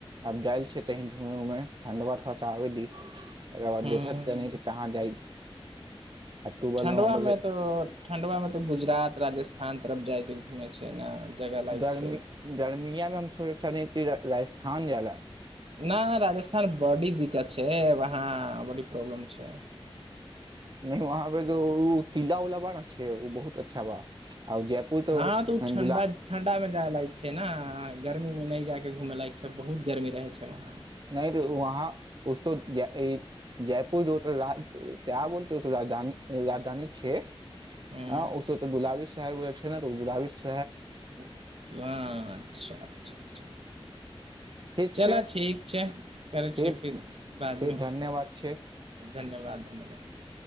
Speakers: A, on the right; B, on the right.
A: आब जाय छी झुमे मे ठण्डबा थोड़ा सा आबे दी ओकरा बाद
B: हूँ
A: देखत तानी तहाँ जाइब अक्टूबर
B: ठण्डवा
A: नवम्बर ले
B: मे तऽ ठण्डवा मे तऽ गुजरात राजस्थान तरफ जाइके घुमै छै ने जगह लायक
A: गर्मी
B: छै
A: गर्मीयामे हम सोचय छली कि जे राजस्थान जायलै
B: न राजस्थान बडी दिक्कत छै वहाँ बड़ी प्रॉब्लम छै
A: नहि वहाँ पे जो ओ किला उला बाने छै ओ बहुत अच्छा बा आ जयपुर तो
B: हँ तऽ ओ ठण्डा
A: दुला
B: ठण्डा मे जाय लाइक छै ने गर्मी मे नहि जाय के घुमए लायक छै बहुत गर्मी रहै छै वहां
A: नहि तऽ वहाँ उसको जय ई जयपुर जो क्या बोलते है राज राजधानी छै
B: ह
A: हँ उसको तो बुलाबीस छै ने तऽ उ बुलाबीस
B: अच्छा अच्छा अच्छा
A: ठीक
B: चलऽ
A: छै
B: ठीक छै करै
A: ठीक
B: छियै फिरसे बादमे
A: ठीक धन्यवाद छै
B: धन्यवाद धन्यवाद